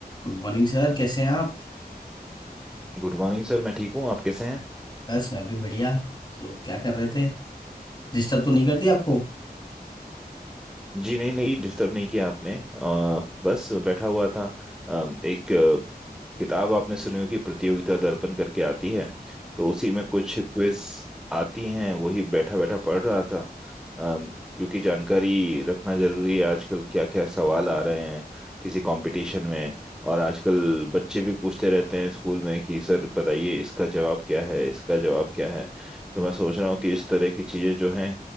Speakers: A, on the left; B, in the centre.
A: Good morning sir कैसे हैं आप
B: Good morning sir मैं ठीक हूँ आप कैसे हैं
A: बस मैं भी बढ़िया तो क्या कर रहे थे डिस्टर्ब तो नहीं कर दिया आपको
B: जी नहीं नहीं डिस्टर्ब नहीं किया आपने अ, बस बैठा हुआ था अ, एक किताब आपने सुनी होगी प्रतियोगिता दर्पण करके आती है तो उसी में कुछ क्विज आती हैं वही बैठा बैठा पढ़ रहा था अम, क्योंकि जानकारी रखना जरूरी है आजकल क्या क्या सवाल आ रहे हैं किसी कंपटीशन में और आजकल बच्चे भी पूछते रहते हैं स्कूल में कि सर बताइए इसका जवाब क्या है इसका जवाब क्या है तो मैं सोच रहा हूँ कि इस तरह की चीजें जो हैं